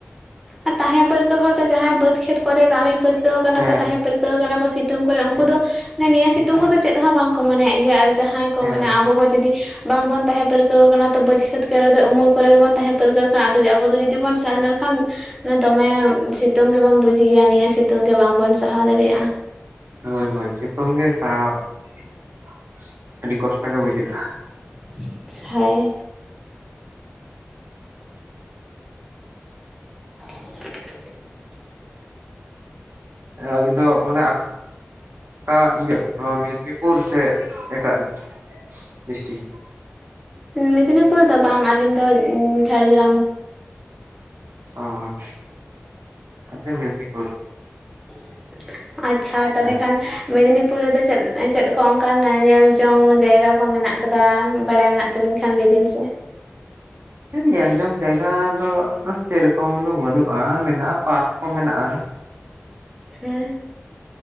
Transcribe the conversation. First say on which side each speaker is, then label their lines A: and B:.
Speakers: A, in the centre; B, on the right (about 65°).
A: ᱟᱨ ᱛᱟᱦᱮᱸ ᱯᱟᱹᱨᱠᱟᱹᱼᱼ ᱠᱟᱹ ᱦᱚᱲ ᱫᱚ ᱡᱟᱦᱟᱸᱭ ᱵᱟᱹᱫᱽ ᱠᱷᱮᱛ ᱠᱚᱨᱮ ᱠᱟᱹᱢᱤ ᱯᱟᱹᱨᱠᱟᱹᱣ ᱠᱟᱱᱟ
B: ᱦᱮᱸ
A: ᱠᱚ ᱛᱟᱦᱮᱸ ᱯᱟᱹᱨᱠᱟᱹᱣ ᱠᱟᱱᱟ ᱠᱚ ᱥᱤᱛᱼᱼ ᱛᱩᱝ ᱠᱚᱨᱮ ᱩᱱᱠᱩ ᱫᱚ ᱱᱤᱭᱟᱹ ᱥᱤᱛᱩᱝ ᱠᱚᱫᱚ ᱪᱮᱫ ᱦᱚᱸ ᱵᱟᱝᱠᱚ ᱢᱚᱱᱮᱭᱟᱜ ᱜᱮᱭᱟ ᱟᱨ ᱡᱟᱦᱟᱸᱭ ᱠᱚ
B: ᱦᱮᱸ
A: ᱢᱟᱱᱮ ᱟᱵᱚ ᱠᱚ ᱡᱩᱫᱤᱼᱼ ᱵᱟᱝᱵᱚᱱ ᱛᱟᱦᱮᱸ ᱯᱟᱹᱨᱠᱟᱹᱣ ᱟᱠᱟᱱᱟ ᱵᱟᱹᱫᱽ, ᱠᱷᱮᱛ ᱠᱚᱨᱮ ᱫᱚ ᱩᱢᱩᱞ ᱠᱚᱨᱮᱜ ᱜᱮᱵᱚᱱ ᱛᱟᱦᱮᱸ ᱯᱟᱹᱨᱠᱟᱹᱣ ᱠᱟᱱᱟ ᱟᱫᱚ ᱟᱵᱚ ᱡᱩᱫᱤ ᱵᱚᱱ ᱥᱮᱱ ᱞᱮᱱᱠᱷᱟᱱ ᱱᱮ ᱫᱚᱢᱮ ᱥᱤᱛᱩᱝ ᱜᱮᱵᱚᱱ ᱵᱩᱡ ᱜᱮᱭᱟ ᱱᱤᱭᱟᱹ ᱥᱤᱛᱩᱝ ᱜᱮ ᱵᱟᱝᱵᱚᱱ ᱥᱟᱦᱟᱣ ᱫᱟᱲᱮᱭᱟᱜᱼᱟ᱾
B: ᱦᱳᱭ ᱦᱳᱭ ᱥᱤᱛᱩᱝ ᱜᱮ ᱥᱟᱦᱟᱣ <inaudible> ᱟᱹᱰᱤ ᱠᱚᱥᱴᱚ ᱜᱮ ᱵᱩᱡᱷᱟᱹᱜᱼᱟ᱾
A: <inaudible> ᱦᱮᱸᱭ ᱾ <inaudible>
B: ᱟᱹᱵᱤᱱ ᱫᱚ ᱢᱟᱱᱮ ᱟᱠᱟ ᱤᱭᱟᱹ <inaudible> ᱱᱚᱣᱟ ᱢᱮᱫᱤᱱᱤᱯᱩᱨ᱾ ᱯᱩᱨ ᱥᱮ ᱮᱴᱟᱜ ᱰᱤᱥᱴᱤᱠ ᱾
A: ᱢᱮᱫᱽᱱᱤᱯᱩᱨ ᱫᱚ ᱵᱟᱝ ᱟᱹᱞᱤᱧ ᱫᱚ ᱡᱷᱟᱲᱜᱨᱟᱢ ᱾
B: ᱚᱸᱻ <unintelligible> ᱾
A: <inaudible> ᱟᱪᱪᱷᱟ
B: ᱦᱮᱸ
A: ᱛᱟᱦᱮ ᱠᱷᱟᱱ ᱾ ᱢᱮᱫᱽᱱᱤᱯᱩᱨ ᱨᱮᱫᱚ ᱪᱮᱫ ᱪᱮᱫ ᱠᱚ ᱚᱱᱠᱟᱱ ᱧᱮᱞ ᱡᱚᱝ ᱡᱟᱭᱜᱟ ᱠᱚ ᱢᱮᱱᱟᱜ ᱟᱠᱟᱫᱟ ᱵᱟᱲᱟᱭ ᱢᱮᱱᱟᱜ ᱛᱟᱵᱤᱱ ᱠᱷᱟᱱ ᱞᱟᱹᱭ ᱵᱤᱱ ᱥᱮ ᱾
B: ᱧᱮᱞ ᱡᱚᱝ ᱡᱟᱭᱜᱟ ᱫᱚ ᱥᱮᱨᱚᱠᱚᱢ ᱫᱚ ᱵᱟᱹᱱᱩᱜᱼᱟ᱾ ᱢᱮᱱᱟᱜᱼᱟ ᱯᱟᱨᱠ ᱠᱚ ᱢᱮᱱᱟᱜᱼᱟ᱾
A: ᱦᱮᱸ ᱾